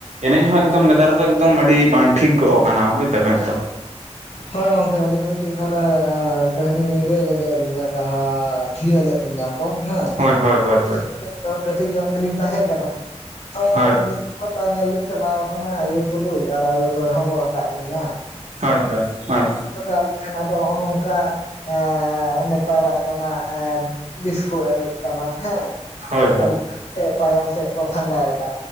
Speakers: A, on the right; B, on the left.
A: ᱮᱱᱮᱡ ᱦᱚᱸ ᱮᱠᱫᱚᱢ ᱱᱮᱛᱟᱨ ᱫᱚ ᱮᱠᱫᱚᱢ ᱟᱹᱰᱤ ᱵᱟᱝ ᱴᱷᱤᱠ ᱜᱚᱜ ᱠᱟᱱᱟ ᱵᱩᱡ ᱫᱟᱵᱮᱱ ᱛᱚ
B: ᱦᱳᱭ ᱜᱚᱝᱠᱮ ᱟᱹᱞᱤᱧ ᱢᱤᱫᱴᱤᱡ ᱛᱟᱦᱚᱞᱮ ᱠᱟᱹᱦᱱᱤ ᱞᱤᱧ ᱞᱟᱹᱭ ᱞᱮᱜᱮ ᱟᱹᱞᱤᱧᱟᱜ ᱡᱟᱦᱟᱸ ᱛᱷᱤᱭ ᱞᱮᱫ ᱞᱤᱧᱟ ᱦᱮᱸ
A: ᱦᱳᱭ ᱦᱳᱭ ᱦᱳᱭ ᱦᱳᱭ
B: ᱛᱚ ᱠᱟᱹᱴᱤᱡ ᱧᱚᱜ ᱜᱮᱞᱤᱧ ᱛᱟᱦᱮᱸ ᱠᱟᱱᱟ ᱛᱚ
A: ᱦᱳᱭ
B: ᱟᱫᱚ ᱦᱳᱭᱛᱚ ᱧᱮᱞ ᱞᱤᱧ ᱪᱟᱞᱟᱣ ᱟᱠᱟᱱᱟ ᱟᱭᱳ ᱛᱩᱞᱩᱡ ᱟᱨ ᱟᱭᱳ ᱫᱚᱭ ᱦᱚᱵᱚᱨ ᱟᱠᱟᱫ ᱞᱤᱧᱟ
A: ᱦᱳᱭ ᱦᱳᱭ ᱦᱳᱭ
B: ᱯᱟᱠᱟᱣ ᱞᱮᱠᱷᱟᱱ ᱟᱫᱚ ᱱᱚᱜᱼᱚ ᱱᱚᱝᱠᱟ ᱮ ᱱᱮᱛᱟᱨᱟᱜ ᱫᱚ ᱱᱟᱜ ᱰᱤᱥᱠᱳ ᱮᱱᱮᱡ ᱠᱟᱱᱟ ᱦᱮᱸ
A: ᱦᱳᱭ
B: ᱛᱟᱭᱚᱢ ᱥᱮᱫ ᱠᱚ ᱯᱷᱟᱸᱫᱟᱭᱫᱟ